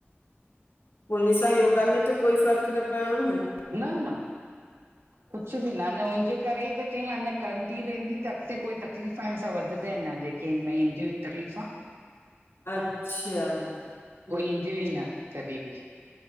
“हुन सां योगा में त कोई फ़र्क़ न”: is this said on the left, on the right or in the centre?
Left